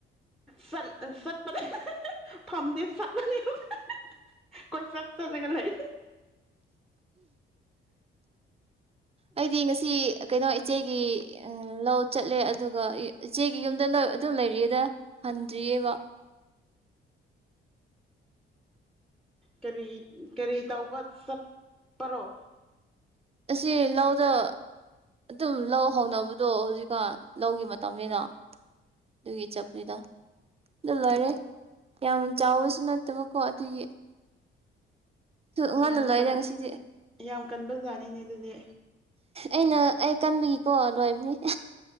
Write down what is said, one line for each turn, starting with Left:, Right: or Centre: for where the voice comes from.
Centre: ꯆꯥꯠ ꯆꯠꯄꯗ ꯐꯝꯗꯦ <unintelligible> <unintelligible> ꯀꯣꯏ ꯆꯠ ꯆꯠꯂꯒ ꯂꯩ
Right: ꯑꯩꯗꯤ ꯉꯁꯤ ꯀꯩꯅꯣ ꯏꯆꯦꯒꯤ ꯎ ꯂꯧ ꯆꯠꯂꯦ ꯑꯗꯨꯒ ꯏꯆꯦꯒꯤ ꯌꯨꯝꯗ ꯑꯗꯨ ꯑꯗꯨꯝ ꯂꯩꯔꯤꯌꯦꯗ ꯍꯟꯗ꯭ꯔꯤꯌꯦꯕ
Centre: ꯀꯔꯤ ꯀꯔꯤ ꯇꯧꯕ ꯆꯠꯄꯔꯣ
Right: ꯑꯁꯤ ꯂꯧꯗ ꯑꯗꯨꯝ ꯂꯧ ꯍꯧꯅꯕꯗꯣ ꯍꯧꯖꯤꯛꯀꯥꯟ ꯂꯧꯒꯤ ꯇꯝꯅꯤꯅ
Centre: ꯑꯥ
Right: ꯑꯗꯨꯒꯤ ꯆꯞꯅꯤꯗ ꯑꯗꯨ ꯂꯣꯏꯔꯦ ꯌꯥꯝ ꯆꯥꯎꯕꯁꯨ ꯅꯠꯇꯕꯀꯣ ꯑꯗꯨꯒꯤ ꯉꯟꯅ
Centre: ꯌꯥꯝ
Right: ꯂꯣꯏꯔꯦ
Centre: ꯀꯟ
Right: ꯉꯁꯤꯗꯤ
Centre: ꯌꯥꯝ ꯀꯟꯕꯖꯥꯠꯅꯤꯅꯦ ꯑꯗꯨꯗꯤ
Right: ꯑꯩꯅ ꯑꯩ ꯀꯟꯕꯒꯤꯀꯣ ꯂꯣꯏꯕꯅꯤ